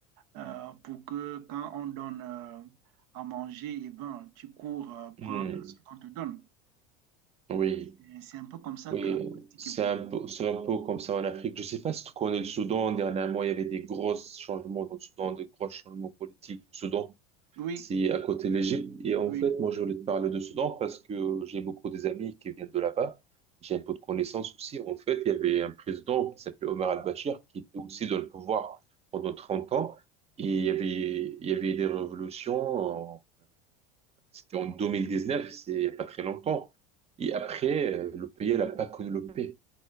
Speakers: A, on the right (about 65°); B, on the right (about 30°).
A: euh, pour que quand on donne euh, à manger, eh ben, tu cours euh,
B: Mhm.
A: prendre
B: Mhm.
A: ce qu'on te donne.
B: Oui,
A: Et C'est un peu comme ça
B: oui,
A: que la politique
B: c'est
A: évolue.
B: un peu, c'est un peu comme ça en Afrique. Je sais pas si tu connais le Soudan. Dernièrement, il y avait des gros changements dans le Soudan, des gros changements politiques. Le Soudan,
A: Oui,
B: C'est à côté de l'Égypte. Et en
A: oui,
B: fait, moi, je voulais te parler de Soudan parce que j'ai beaucoup des amis qui viennent de là-bas. J'ai un peu de connaissances aussi. En fait, il y avait un président qui s'appelait Omar al-Bashir qui était aussi dans le pouvoir pendant 30 ans. Et il y avait, il y avait des révolutions. en- C'était en 2019, c'est il n'y a pas très longtemps. Et après, euh, le pays n'a pas connu le paix.